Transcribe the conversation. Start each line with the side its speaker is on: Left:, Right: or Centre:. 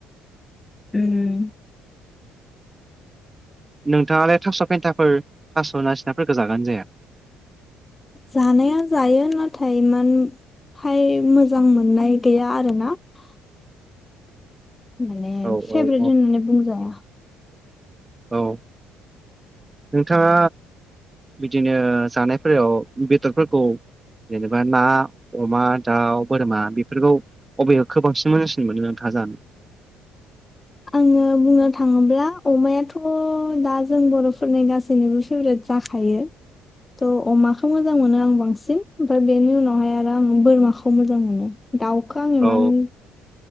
Left: <inaudible>
Right: नोंथाङालाय थास' पेन्टाफोर थास' ना सिनाफोरखौ जागानो जाया?
Left: जानाया जायो नाथाय इमान हाय मोजां मोननाय गैया आरोना । माने
Right: औ
Left: फेभ्रेट
Right: औ औ
Left: होननानै बुंजाया ।
Right: औ नोंथाङा बिदिनो जानायफोराव बेदरफोरखौ जेनेबा ना अमा दाउ बोरमा बेफोरखौ अबेखौ बांसिन मोजांसिन मोनो नोंथाङा जानो?
Left: आङो बुंनो थाङोब्ला अमायाथ' दा जों बर'फोरनि गासैनोबो फेभ्रेट । जाखायो। थ' अमाखौ मोजां मोनो आं बांसिन ओमफ्राय बेनि उनावहाय आरो आं बोरमाखौ मोजां मोनो । दावखौ आं इमान
Right: औ